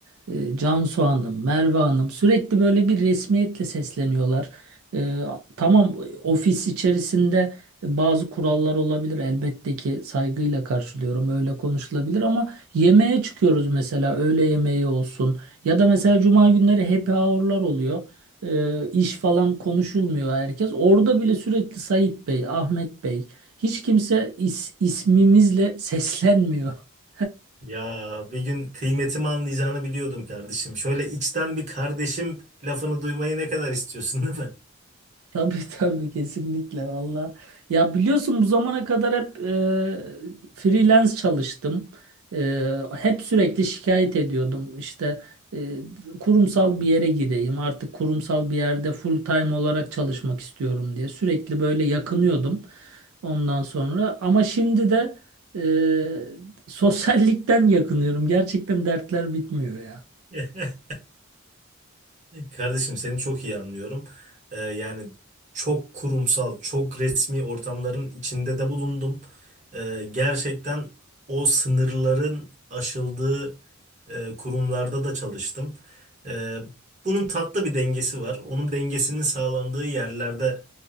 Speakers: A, on the right (about 80°); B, on the right (about 35°).
A: e, Cansu Hanım, Merve Hanım sürekli böyle bir resmiyetle sesleniyorlar. E, tamam ofis içerisinde bazı kurallar olabilir elbette ki saygıyla karşılıyorum öyle konuşulabilir ama yemeğe çıkıyoruz mesela öğle yemeği olsun ya da mesela cuma günleri happy hour'lar oluyor e, iş falan konuşulmuyor herkes. Orada bile sürekli Sait Bey, Ahmet Bey, hiç kimse is- ismimizle seslenmiyor. <laughs>
B: Ya bir gün kıymetimi anlayacağını biliyordum kardeşim. Şöyle içten bir kardeşim lafını duymayı ne kadar istiyorsun değil mi?
A: Tabii <laughs> tabii kesinlikle valla. Ya biliyorsun bu zamana kadar hep e, freelance çalıştım. E, hep sürekli şikayet ediyordum. İşte e, kurumsal bir yere gireyim artık kurumsal bir yerde full time olarak çalışmak istiyorum diye. Sürekli böyle yakınıyordum ondan sonra. Ama şimdi de e, <laughs> sosyallikten yakınıyorum. Gerçekten dertler bitmiyor ya.
B: <laughs> Kardeşim seni çok iyi anlıyorum. Ee, yani çok kurumsal, çok resmi ortamların içinde de bulundum. Ee, gerçekten o sınırların aşıldığı e, kurumlarda da çalıştım. Ee, bunun tatlı bir dengesi var. Onun dengesinin sağlandığı yerlerde